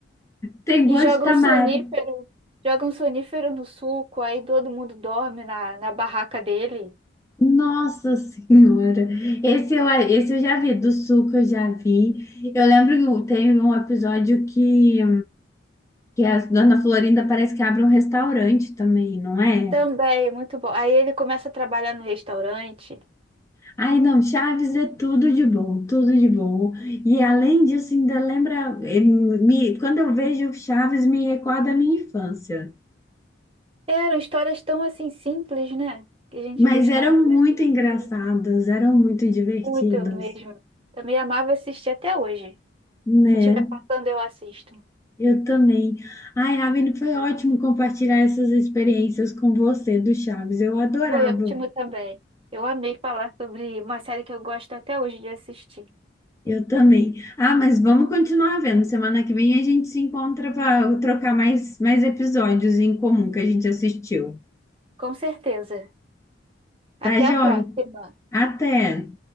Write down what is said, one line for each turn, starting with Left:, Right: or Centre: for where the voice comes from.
Left: Tem
Right: E
Left: gosto
Right: joga
Left: de tamarindo.
Right: um sonífero, joga um sonífero no suco, aí todo mundo dorme na, na barraca dele.
Left: Nossa Senhora! Esse eu, esse eu já vi, do suco eu já vi. Eu lembro que tem um episódio que, que a Dona Florinda parece que abre um restaurante também, não é?
Right: Também, muito bom. Aí ele começa a trabalhar no restaurante.
Left: Ai, não, Chaves é tudo de bom, tudo de bom. E além disso, ainda lembra, eh, me, quando eu vejo Chaves, me recorda a minha infância.
Right: Eram histórias tão assim simples, né? Que a gente
Left: Mas
Right: gostava
Left: eram
Right: de
Left: muito
Right: assistir.
Left: engraçados, eram muito divertidos,
Right: Muito mesmo. Também amava assistir até hoje.
Left: né?
Right: Se tiver passando, eu assisto.
Left: Eu também. Ai, Ravine, foi ótimo compartilhar essas experiências com você do Chaves. Eu adorava.
Right: Foi ótimo também. Eu amei falar sobre uma série que eu gosto até hoje de assistir.
Left: Eu também. Ah, mas vamos continuar vendo. Semana que vem a gente se encontra para trocar mais, mais episódios em comum que a gente assistiu.
Right: Com certeza.
Left: Tá,
Right: Até
Left: joia?
Right: a próxima.
Left: Até.